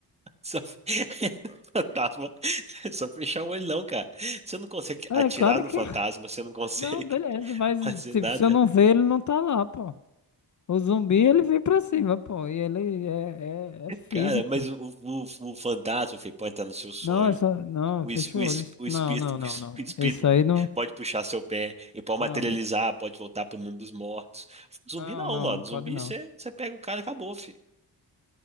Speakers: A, on the right; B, on the left.
A: Só... <laughs> Fantasma. É só fechar o olho, não, cara. Você não consegue
B: É,
A: atirar
B: claro
A: no
B: que.
A: fantasma,
B: <laughs>
A: você não consegue
B: Não, beleza,
A: <laughs>
B: mas,
A: fazer
B: tipo,
A: nada.
B: se eu não ver, ele não tá lá, pô. O zumbi, ele vem pra cima, pô. E ele é, é, é físico.
A: Cara, mas o, o, o fantasma, filho, pode estar no seu sonho.
B: Não, é só. Não,
A: O,
B: fecha
A: es- o,
B: o
A: es-
B: olho.
A: o
B: Não,
A: espírito,
B: não,
A: <laughs> o,
B: não,
A: es-
B: não,
A: o
B: não.
A: espírito
B: Isso aí não.
A: pode puxar seu pé, ele pode
B: Não,
A: materializar, pode voltar pro mundo dos mortos. Zumbi
B: não,
A: não,
B: não,
A: mano.
B: não pode
A: Zumbi,
B: não.
A: você você pega o cara e acabou, filho.